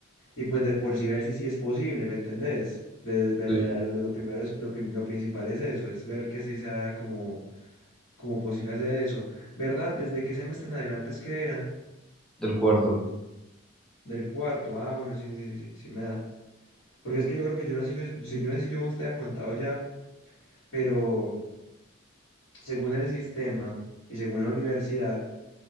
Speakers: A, on the left (about 70°); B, in the centre.
A: Y pues de por sí ver si sí es posible, ¿me entendés? De- de-
B: de-
A: lo, lo lo primero es, lo, prim- lo principal es eso, es ver que sí sea como, como posible hacer eso. ¿Verdad? ¿Desde qué semestre en adelante es que era?
B: del cuarto.
A: Del cuarto. Ah, bueno, sí, sí, sí, sí, sí, sí me da. Porque es que yo creo que yo no sé, yo, yo, yo no sé si yo te había contado ya, pero según el sistema y según la universidad,